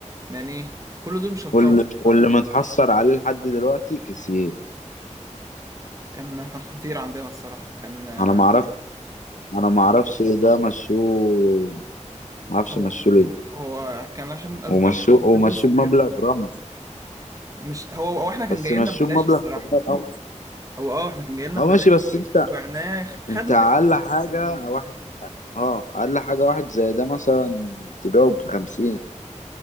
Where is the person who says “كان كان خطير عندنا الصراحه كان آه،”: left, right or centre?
Right